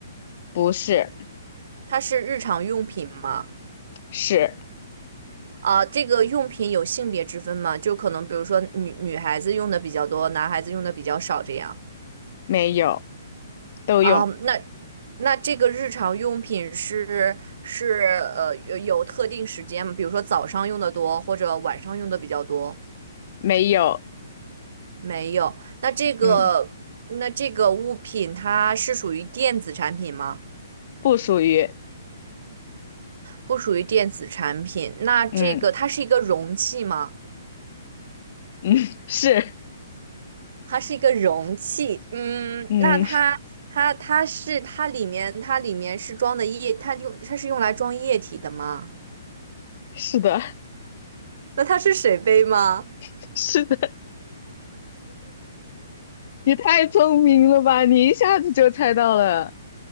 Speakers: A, on the left; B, on the right.
A: 不是
B: 它是日常用品吗？
A: 是
B: 啊，这个用品有性别之分吗？就可能比如说女女孩子用的比较多，男孩子用的比较少这样。
A: 没有都用
B: 啊，那那这个日常用品是是呃有有特定时间吗？比如说早上用的多，或者晚上用的比较多？
A: 没有，
B: 没有。那这个那这个物品它是属于电子产品吗？
A: 嗯，不属于，
B: 不属于电子产品。那这个它是一个容器吗？
A: 嗯嗯 <laughs> 是，
B: 它是一个容器。嗯，
A: 嗯
B: 那它它它是它里面它里面是装的液，它用它是用来装液体的吗？
A: 是的。
B: 那它是水杯吗？
A: <laughs> 是的，你太聪明了吧！你一下子就猜到了。